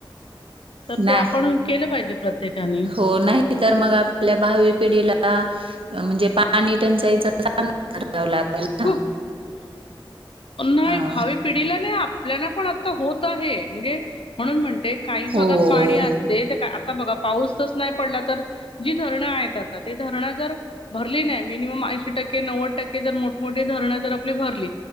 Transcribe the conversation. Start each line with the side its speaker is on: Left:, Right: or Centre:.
Left: तर
Right: नाही
Left: ते आपण केलं पाहिजे प्रत्येकाने
Right: हो, नाही तर मग आपल्या भावी पिढीला म्हणजे पाणी टंचाईचा सांडमारा करावा लागला
Left: खूप
Right: ना
Left: नाही
Right: हां.
Left: भावी पिढीला नाही आपल्याना पण आता होत आहे म्हणजे म्हणून म्हण ते काही भागात
Right: हो.
Left: पाणी असते तर काय आप आता बघा पाऊसच नाही पडला तर जी धरणं आहेत आता ते धरणं जर भरली नाही मिनिमम आप ऐंशी टक्के नव्वद टक्के जर मोठमठ्ठी धरणं जर आपली भरली